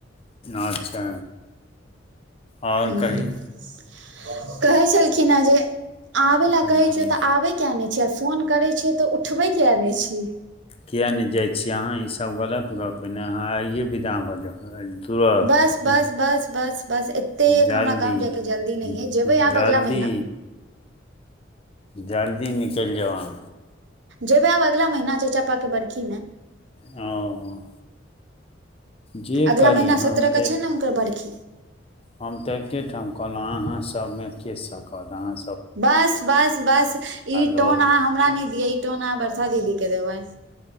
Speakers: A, on the left (about 30°); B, on the right (about 75°).
A: अच्छा। आओर
B: हुं
A: कही
B: कहे छलखिन हें जे आबे लए
A: हूँ
B: कहे छियौ तऽ आबे किया नै छी आर फोन करे छीयो तऽ उठबे किया नै छी।
A: किए नै जाइ छियै अहाँ? ई सब गलत गप यै नै, अहाँ आइए विदा भऽ जाउ। अ तुरत
B: बस बस
A: उम्म
B: बस बस बस एतेक
A: जल्दी
B: हमरा गाँव जायके जल्दी नहि
A: उम्म
B: य जेबै आब
A: जल्दी।
B: अगला महीना
A: जल्दी निकैल जाउ आहां।
B: जेबै आब अगिला महीना चचापा के बर्खी मे।
A: ओ। जे
B: अगला
A: करी
B: महीना
A: हम
B: सत्रह
A: तै
B: के छै ने हुनकर बरखी
A: हम तऽ एके ठाम कहलौ अहाँ सबमे के सकत अहाँ
B: बस बस बस ई
A: लोक
B: टोन अहाँ हमरा नहि दिअ ई टोन अहाँ बरसा दीदी के देबैन।